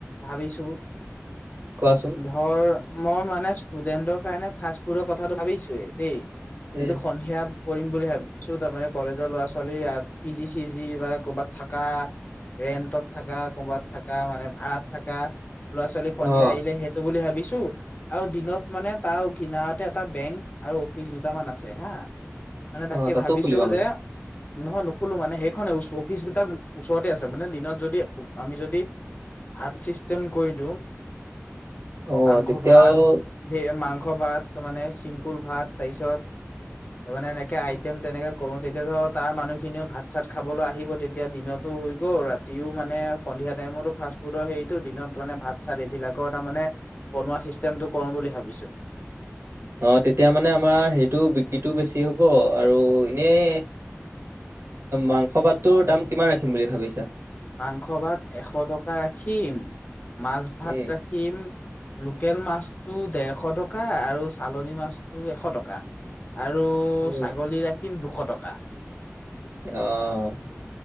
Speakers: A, on the left; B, on the right.
A: ভাবিছো,
B: কোৱাচোন
A: ধৰ। মই মানে ষ্টুডেণ্টৰ কাৰণে ফাষ্ট-ফুডৰ কথাটো ভাবিছোৱেই দেই,।
B: উম।
A: এইটো সন্ধিয়া কৰিম বুলি ভাবিছো, তাৰমানে কলেজৰ ল'ৰা ছোৱালী পি, জি চি, জি বা ক'বাত থাকা। ৰেণ্টত থাকা, ক'ৰবাত থাকা, মানে ভাড়াত থাকা,। ল'ৰা ছোৱালী সন্ধিয়া
B: অ
A: আহিলে সেইটো বুলি ভাবি। আৰু দিনত মানে তাৰ কিনাৰতে এটা বেংক আৰু অফিচ দুটামান আছে হা। মানে, তাকে
B: অ তাতো
A: ভাবিছো
B: খুলিবা মানে
A: যে। নহয় নুখোলো মানে সেইখনে অফিচগিতা ওচৰতে আছে, মানে দিনত যদি আমি যদি-। ভাত চিষ্টেম কৰি দিওঁ,
B: অ
A: মাংস-ভাত,
B: তেতিয়াও
A: মাংস। মাংস ভাত, তাৰ মানে চিম্পুল ভাত, তাৰপিছত। তাৰ মানে এনেকে আইটেম তেনেকে কৰো, তেতিয়াতো তাৰ মানুহখিনিও ভাত চাত খাবলৈ আহিব তেতিয়া দিনত। হৈ গ ৰাতিও মানে সন্ধিয়া টাইমতো ফাষ্ট ফুডৰ হেৰিটো, দিনত মানে ভাত চাত এইবিলাকও তাৰ মানে। বনোৱা চিষ্টেমটো কৰো বুলি ভাবিছো?
B: অ তেতিয়া মানে আমাৰ সেইটো বিক্ৰীটো বেছি হ'ব। আৰু এনেই, মাংস ভাতটোৰ দাম কিমান ৰাখিম বুলি ভাবিছা?
A: মাংস ভাত এশ টকা ৰাখিম। মাছ
B: উম
A: ভাত ৰাখিম, লোকেল মাছ। টো ডেৰশ টকা, আৰু চালনী মাছটো এশ টকা। আৰু
B: উম
A: ছাগলী ৰাখিম দুশ টকা।
B: অহ।